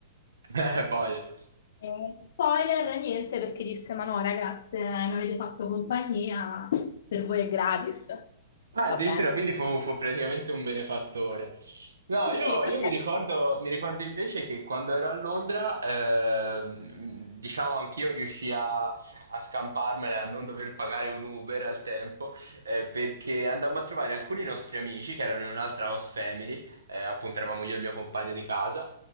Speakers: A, on the right; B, on the left.
A: Eh, boia.
B: Eh, spoiler, niente, perché disse, ma no, ragazze, mi avete fatto compagnia, per voi è gratis.
A: Ah,
B: Va
A: addirittura,
B: bene.
A: quindi fu, fu praticamente un benefattore. No,
B: Sì,
A: io,
B: sì, perché
A: io mi ricordo, mi ricordo invece che quando ero a Londra, ehm, diciamo anch'io riuscii a, a scamparmela, a non dover pagare un Uber al tempo, eh, perché andammo a trovare alcuni nostri amici che erano in un'altra house family, eh, appunto eravamo io e il mio compagno di casa,